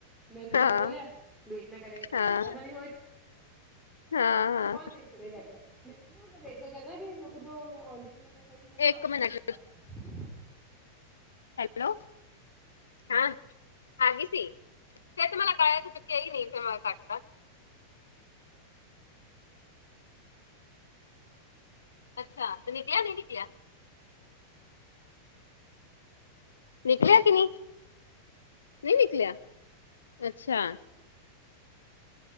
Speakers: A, in the centre; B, on the left.
A: ਮੈਂ, ਤੁਸੀਂ
B: ਹਾਂ
A: ਤਾਂ ਬੋਲਿਆ। ਵੇਟ ਨਾ ਕਰਿਆ ਕਰ, ਖਾ
B: ਹਾਂ
A: ਲੇਯਾ ਕਰ, ਨਹੀਂ
B: ਹਾਂ ਹਾਂ
A: ਕੌਣ ਵੇਟ ਕਰੇ ਭੈਹ ਕੇ ਮੈਨ ਨੀ ਹੁੰਦਾ ਵੇਟ, ਕੋਈ ਕਹਿੰਦਾ, ਕਿ ਆਉਣ ਡ ਹੀ ਮੈਂ ਕਿਹਾਈ ਕਰਕੇ
B: ਇੱਕ ਮਿੰਟ
A: ਜਾਓ ਫਿਰ
B: ਹੈਲੋ ਹਾਂ ਹੈਗੀ ਸੀ, ਫਿਰ ਤਾਂ ਮੈਂ ਤੇ ਲਗਾਇਆ ਸੀ ਚੁੱਕ ਨਹੀ ਫਿਰ ਕਟਦਾ। ਅੱਛਾ, ਤੇ ਨਿਕਲਿਆ ਨਹੀਂ ਨਿਕਲਿਆ ਨਿਕਲਿਆ ਕਿ ਨਹੀਂ, ਨਹੀਂ ਨਿਕਲਿਆ, ਅੱਛਾ